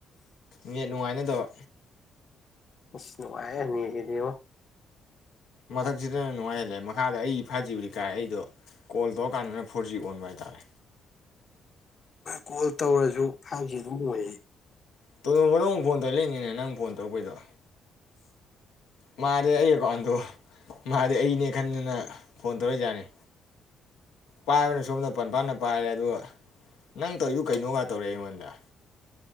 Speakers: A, on the left; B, on the left.
A: ꯅꯦꯠ ꯅꯨꯡꯉꯥꯏꯅꯗꯕ
B: ꯎꯁ ꯅꯨꯉꯥꯏꯍꯦ ꯅꯦꯠ ꯀꯤꯗꯤꯉꯣ
A: ꯃꯊꯛꯁꯤꯗꯅ ꯅꯨꯡꯉꯥꯏꯍꯜꯂꯦ ꯃꯈꯥꯗ ꯑꯩ ꯐꯥꯏꯚ ꯖꯤꯕꯨꯗꯤ ꯀꯥꯏ ꯑꯩꯗꯣ ꯀꯣꯜ ꯇꯧꯔꯀꯥꯟꯗꯅ ꯐꯣꯔ ꯖꯤ ꯑꯣꯟꯕ ꯍꯥꯏꯇꯥꯔꯦ
B: ꯀꯣꯜ ꯇꯧꯔꯁꯨ ꯐꯥꯏꯚ ꯖꯤ ꯑꯗꯨꯝ ꯑꯣꯏꯌꯦ
A: ꯇꯣꯂꯣꯝꯕꯗꯣ ꯑꯃꯨꯛ ꯐꯣꯟ ꯇꯧ ꯂꯦꯡꯅꯤꯅꯦ ꯅꯪ ꯐꯣꯟ ꯇꯧꯔꯛꯄꯩꯗꯣ ꯃꯥꯗꯤ ꯑꯩ ꯑꯦꯀꯥꯎꯟꯗꯣ ꯃꯥꯗꯤ ꯑꯩꯅꯦ ꯈꯟꯗꯅ ꯐꯣꯟ ꯇꯧꯔꯛꯏ ꯖꯥꯠꯅꯤ ꯄꯥꯏꯕꯅꯤ ꯁꯣꯝꯗ ꯄꯟꯄꯥꯅ ꯄꯥꯏꯔꯦ ꯑꯗꯨꯒ ꯅꯪ ꯇꯧꯔꯤꯗꯨ ꯀꯩꯅꯣꯒꯥ ꯇꯧꯔꯛꯑꯦ ꯑꯩꯉꯣꯟꯗ